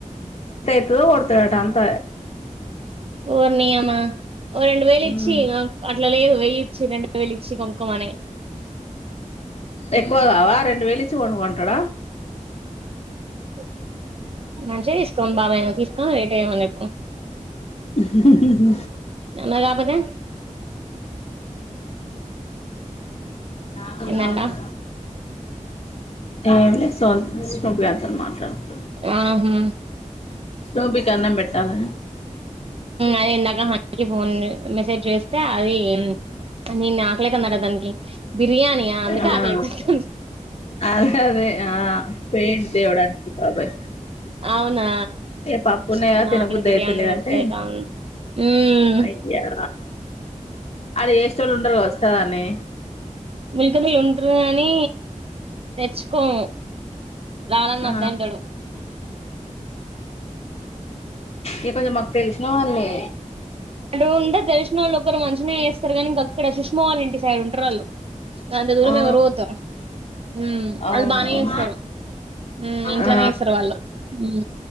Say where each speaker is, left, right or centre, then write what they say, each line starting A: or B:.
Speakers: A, on the left (about 50°); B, on the right (about 45°).
A: ఇపుడే కొడతట అంత
B: ఒర్ ని యమా ఓ రెండు వేలు
A: ఉమ్
B: ఇచ్చి అట్లా లేదు వెయ్యిచ్చి రెండువేలిచ్చి కొనుకోమని
A: ఎక్కువ కావా రెండు వేలు ఇచ్చి కొనుకోమంటడ
B: <unintelligible> మంచిగా తీసుకోడి బాబా ఏనా తీసుకొని రేట ఏమన్నా
A: హామ్
B: మరి కాకపోతే
A: ఆ అవుదద
B: ఏందంట
A: <unintelligible> ఏమి సొంతష్ణప అంతని మాట్లాడు <unintelligible>
B: ఆహా
A: స్నోబికన్నం పెట్టాలా
B: అదే ఇందాక ఫోన్ మెసేజ్ చేస్తే అది నిన్న ఆకలయితాంది అట దానికి బిర్యానియా అందుకే
A: ఆ
B: ఆకలయితాంది దానికి
A: అదే అదే ఆ పెయింట్ తేవడానికి బబాయి
B: అవునా
A: ఏ పప్పునే
B: అబ్బ నాకు
A: తినబుద్ధి
B: కూడా బిర్యానీ
A: అయితలేదంటే
B: తినబుద్ధి అయితాంది మ్మ్
A: అయ్యా అది ఏ స్టోర్లో ఉండరు కావచ్చు కదానే
B: ఉలికజలు ఉంటరు కాని తెచ్చుకోం రానన్న
A: ఆ
B: వద్దోంటడు
A: ఇక కొంచెం మాకు తెలిసిన వాల్లే
B: అంటే ఉంటరు తెలిసిన వాళ్ళు ఒకరు మంచిగనే చేస్తరు కానీ ఇంక అక్కడ సుష్మా వాళ్ళ ఇంటి సైడ్ ఉంటరు వాళ్ళు అంత దూరమెవరు
A: ఆ
B: పోతరు మ్మ్
A: అవునవును
B: వాళ్ళు బానే చేస్తరు మ్మ్ ఇంట్లనే
A: ఆ
B: చేస్తరు వాళ్ళు మ్మ్